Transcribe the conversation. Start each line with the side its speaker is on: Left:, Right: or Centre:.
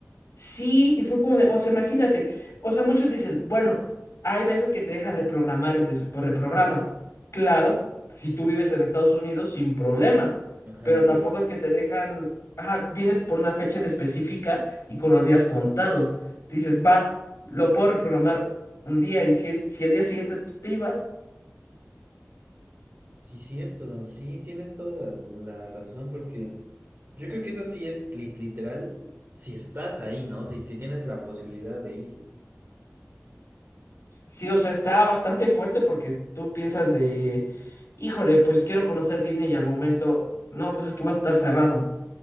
Left: Sí, y fue como de, o sea, imagínate, o sea, muchos dicen, bueno, hay veces que te deja reprogramar y tú dices, pues reprogramas. Claro, si tú vives en Estados Unidos, sin problema,
Right: Ajá,
Left: pero
Right: pero
Left: tampoco es que te dejan, ajá, vienes por una fecha en específica y con los días contados. Te dices, va, lo puedo reprogramar un día y si es, si el día siguiente tú te ibas,
Right: sí, cierto, sí, tienes toda la razón, porque yo creo que eso sí es li- literal, si estás ahí, ¿no? Si, si tienes la posibilidad de ir.
Left: sí, o sea, está bastante fuerte porque tú piensas de, híjole, pues quiero conocer Disney y al momento, no, pues es que va a estar cerrado.